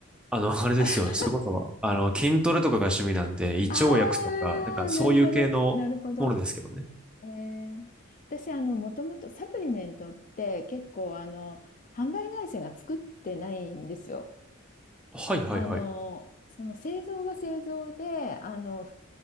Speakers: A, in the centre; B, on the left.
A: あの、あれですよ。
B: <laughs>
A: それこそ、あの、筋トレとかが趣味なんで、胃腸薬とか、
B: ああ、
A: なんかそういう系のものですけどね。
B: なるほど、なるほど。えー、私、あの、もともとサプリメントって結構、あの、販売会社が作ってないんですよ。
A: はいはいはい。
B: あの、その製造は製造で、あの、